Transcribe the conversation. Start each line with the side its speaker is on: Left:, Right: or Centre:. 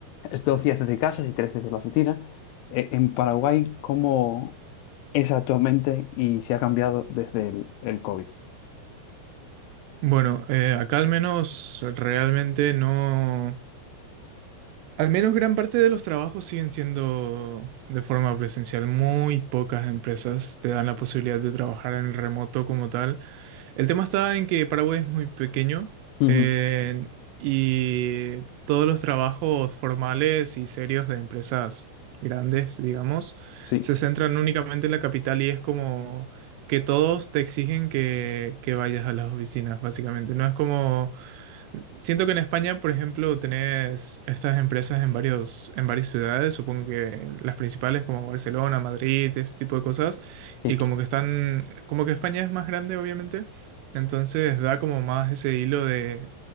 Left: dos días desde casa y tres desde la oficina. Eh, en Paraguay, ¿cómo es actualmente y se ha cambiado desde el, el COVID?
Right: Bueno, eh, acá al menos realmente no. Al menos gran parte de los trabajos siguen siendo de forma presencial. Muy pocas empresas te dan la posibilidad de trabajar en remoto como tal. El tema está en que Paraguay es muy pequeño
Left: Ujú,
Right: eh, y todos los trabajos formales y serios de empresas grandes, digamos,
Left: Sí,
Right: se centran únicamente en la capital y es como que todos te exigen que, que vayas a las oficinas, básicamente. No es como... Siento que en España, por ejemplo, tenés estas empresas en varios, en varias ciudades, supongo que las principales como Barcelona, Madrid, este tipo de cosas,
Left: sí.
Right: y como que están, como que España es más grande, obviamente, entonces da como más ese hilo de,